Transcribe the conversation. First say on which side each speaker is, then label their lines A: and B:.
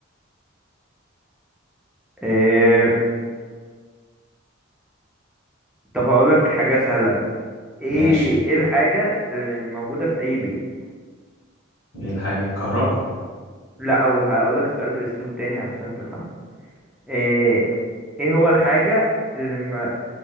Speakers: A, in the centre; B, on the left.
A: آه... طب هقول لك حاجه سهله قوي ايه
B: ماشي
A: ايه الحاجه اللي موجوده في اي بيت
B: ايه الحاجة كهربا
A: لا او هقول لك السؤال باسلوب تاني علشان تفهمه آه... ايه هو الحاجه اللي ما...